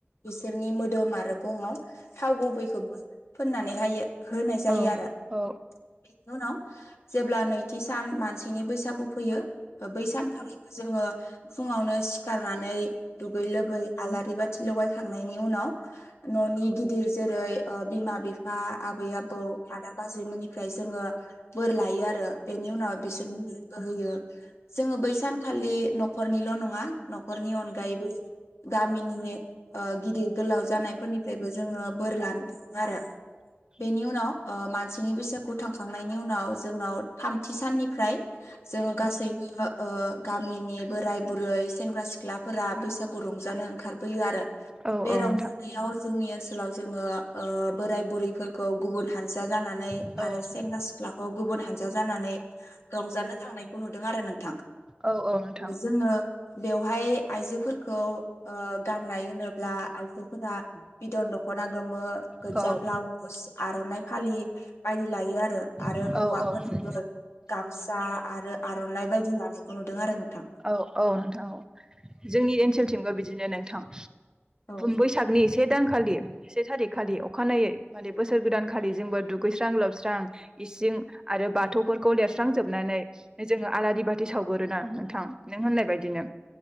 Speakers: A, on the left; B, on the right.
A: बिसोरनि मोदोम आरो गङाव थाव गुबैखौबो फोननानैहायो होनाय जायो
B: औ
A: आरो
B: औ उम औ
A: बेनि उनाव जेब्ला नैथि सान मानसिनि बैसागु फैयो बै सानखालिबो जोङो फुङावनो सिखारनानै दुगै लोबै आलारि बाथि थि लगायखांनायनि उनाव न'नि गिदिर जेरै बिमा बिफा आबै आबौ आदा बाजैमोननिफ्राय जोङो बोर लायो आरो बेनि उनाव बिसोरनो <unintelligible> बो होयो जोङो बै सानखालि न'खरनिल' नङा न'खरनि अनगायैबो गामिनि ओ गिदिर गोलाव जानायफोरनिफ्रायबो जोङो बोर लानो थाङो आरो
B: <inaudible>
A: बेनि उनाव ओ मानसिनि बैसागु थांखांनायनि उनाव जोंनाव थामथि साननिफ्राय जोङो गासैबो
B: औ
A: गामिनि बोराय बुरै सेंग्रा सिख्लाफोरा बैसागु रंजानो ओंखारबोयो आरो
B: औ नोंथां
A: बे रंजानायाव जोंनि ओनसोलाव जोङो बोराय बुरि फोरखौ गुबुन हानजा जानानै
B: औ
A: आरो सेंग्रा सिख्लाखौ गुबुन हानजा जानानै रंजानो थांनायखौ नुदों आरो नोंथां
B: औ औ नोंथां औ
A: जोङो बहाय आइजोफोरखौ गाननाय होनोब्ला आइजोफोरा बिदन दख'ना गोमो गोजा
B: औ
A: ब्लाउस आर'नाइ फालि बायदि लायो आरो आरो
B: औ
A: हौवाफोरनोबो गामसा आरो आर'नाइ बायदि लानायखौ नुदों आरो नोंथां
B: औ औ नोंथां औ जोंनि ओनसोलथिंबो बिदिनो नोंथां
A: औ
B: बैसागनि से दानखालि से थारिख खालि अखानायै माने बोसोर गोदानखालि जोंबो दुगैस्रां लोबस्रां इसिं आरो बाथौफोरखौ लिरस्रांजोबनानै जोङो आलारि बाथि सावगोरोना थां नों होननाय बायदिनो